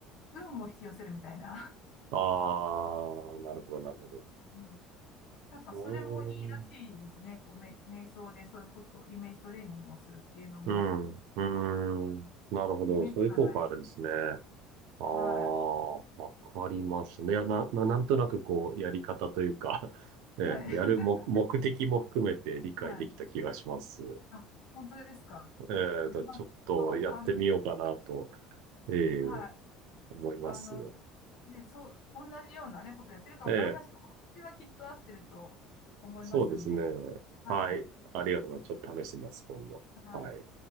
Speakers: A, on the left (about 60°); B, on the right (about 70°).
A: 運も引き寄せるみたいな。
B: ああ、なるほど、なるほど。
A: うんなんかそれもいいらしいですね。
B: うーん、
A: こう、め、瞑想でそういうこと、イメージトレーニングをするっていうのも、
B: うん、うーん、なるほど。
A: 夢見るかない。
B: そういう効果あるんですね。ああ、
A: はい。
B: わかりますね。いや、な、な、なんとなくこう、やり方というか <laughs> ね、
A: はい。<laughs>
B: やる目、目的も含めて理解できた気がします。
A: はい。
B: うん。
A: あ、本当ですか。
B: えー、
A: あ、でまあ、
B: だ、ちょっとやってみようかなと、
A: ちょっと、あの、
B: えー、
A: はい。
B: 思います。
A: あの、で、そう、同じようなね、ことやってるかわからないですけど、
B: えー、
A: 私はきっと合ってると思いますんで。
B: そうですね。
A: はい。
B: はい。ありがとうございます。ちょっと試してみます、今度。
A: はい。
B: はい。